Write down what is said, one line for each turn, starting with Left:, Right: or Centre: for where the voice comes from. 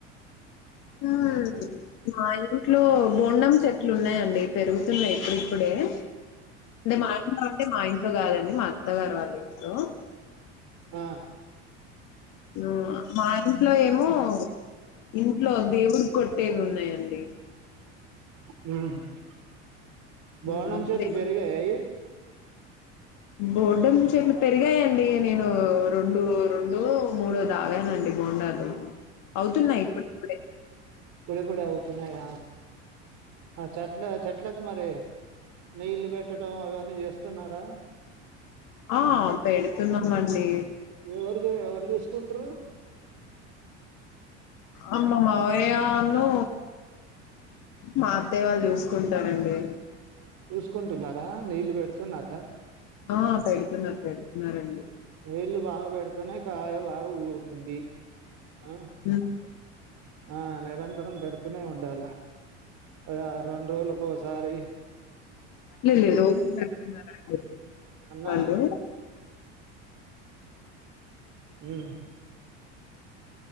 Left: హ్మ్ అయ్ ఇట్లో బోండం చెట్లు ఉన్నాయండి పెరుగుతున్నాయి ఇప్పుడిప్పుడే అంటే మాయ తతే మాయ ఇడు కాదండి మా అత్తగారు వాళ్ళు ఇట్లో
Right: ఆ
Left: ఉ మా ఇంట్లో ఏమో ఇంట్లో దేవుడు కొట్టేవి ఉన్నాయండి
Right: హ్మ్ బొండం
Left: హ్మ్.
Right: చెట్లు
Left: దేవు
Right: పెరిగాయ అయి
Left: బోండం చెట్లు పెరిగాయండి నేను రెండు రెండు మూడో తాగానండి బోండాలు అవుతున్నాయి ఇప్పుడుప్పుడే
Right: ఇప్పుడిప్పుడు అవుతున్నాయ ఆ చట్ల చెట్లకు మరి నీళ్లు బెట ఆ అవన్నీ చేస్తున్నారా
Left: ఆ పెడుతున్నామండి
Right: ఎవరిది ఎవరు చూసుకుంటారు
Left: అమ్మ మావయ్య వాళ్లు మాత్తయ్య వాళ్ళు చూసుకుంటారండి
Right: చూసుకుంటున్నారా నీళ్లు పెడుతున్నారా
Left: ఆ పెడుతున్నారు పెడు మరే
Right: నీళ్లు బాగా బెడు అయితనే కాయ బాగా ఊరుతుంది ఆ
Left: హ్మ్
Right: ఆ నిరంతరం పెడుతునే ఉండాల అదే రెండు రోజులకొసారి
Left: లే లే రోజు పెడుతున్నారు
Right: అన్నా
Left: వాళ్లు
Right: హ్మ్